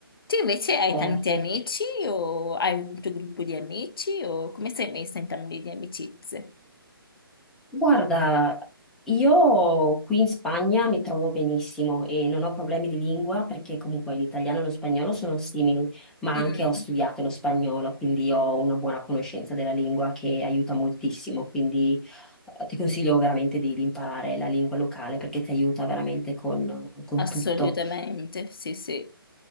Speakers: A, on the left; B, in the centre.
A: Tu invece hai
B: Certo.
A: tanti amici o hai un tuo gruppo di amici o come sei messa in termini di amicizie?
B: Guarda, io qui in Spagna mi trovo benissimo e non ho problemi di lingua perché comunque l'italiano e lo spagnolo sono simili, ma
A: Mm,
B: anche ho studiato lo spagnolo, quindi ho una buona conoscenza della lingua che aiuta moltissimo, quindi eh, ti consiglio veramente di, di imparare la lingua locale perché ti aiuta veramente con con
A: assolutamente,
B: tutto.
A: sì, sì.